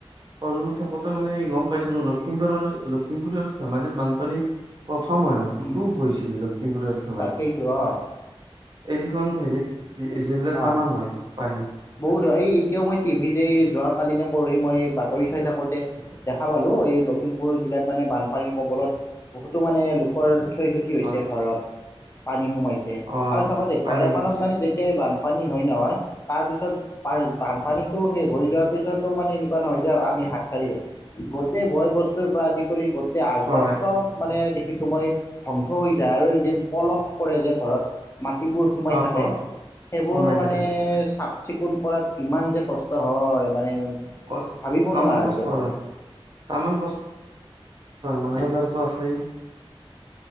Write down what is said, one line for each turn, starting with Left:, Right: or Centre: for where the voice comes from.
Right: সৰু থাকোঁতে মানে গম পাইছিলোঁ, লখিমপুৰৰ লখিমপুৰ আৰু ধেমাজিত বানপানী প্ৰথম হয় মানে
Left: উম,
Right: খুব বহিছিল লখিমপুৰৰ ধেমাজি
Left: তাকেইতো অ'।
Right: এইকিখন হেৰিত জিলাত
Left: অ
Right: তামান হয় পানী
Left: বহুত হয়, এই এতিয়াও মই টিভিতে যোৱ কালি ন পৰহি মই চৰি চাই থাকোঁতে দেখা পালোঁ, এই লখিমপুৰ জিলাত মানে বানপানীৰ কবলত বহুতো মানে ক্ষ ক্ষতি
Right: হয়
Left: ঘৰত পানী সোমাইছে,
Right: অ
Left: আৰু চাব দেই
Right: পানী
Left: ঘৰ এখনত
Right: সোমাইছে
Left: মানে যেতিয়া বানপানী হয় নহয়, তাৰপিছত বানপানীত শেষ হৈ যোৱাৰ পিছতো মানে এনেকুৱা নহয় যে আমি হাত সাৰি লওঁ, গোটেই বয় বস্তুৰ পৰা আদি কৰি তেয়া আচবাব
Right: হয়
Left: চব মানে কিছু সময় ধ্বংস হৈ যায়, আৰু এদিন পলস পৰে যে ঘৰত মাটিবোৰ সোমাই
Right: অ
Left: থাকে।
Right: অ
Left: সেইবোৰ
Right: সোমাই
Left: মানে
Right: থাকে
Left: চাফ চিকুণ কৰাত কিমান যে কষ্ট হয় মানে
Right: কষ্ট
Left: ভাবিব
Right: তামান
Left: নোৱাৰা
Right: কষ্ট
Left: সেইকাৰণে।
Right: হয় তামান কষ্ট, মানে বজাৰতো আছেই।